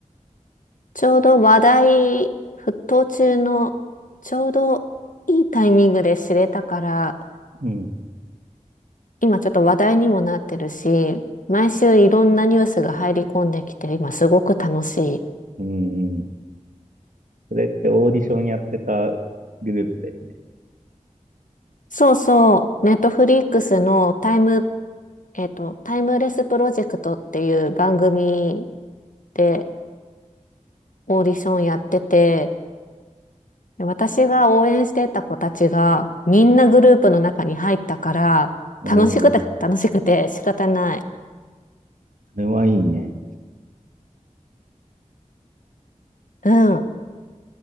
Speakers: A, on the left; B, on the right.
A: ちょうど話題沸騰中の、ちょうどいいタイミングで知れたから、
B: う、うん、
A: 今ちょっと話題にもなってるし、毎週いろんなニュースが入り込んできて、今すごく楽しい。
B: うん、うん。それってオーディションやってたグループだよね。
A: そうそう、ネットフリックスのタイム、えっと、タイムレスプロジェクトっていう番組でオーディションやってて、で私が応援してた子たちがみんなグループの中に入ったから、
B: おー、
A: 楽しくて楽しくて仕方ない。
B: それはいいね。
A: うん。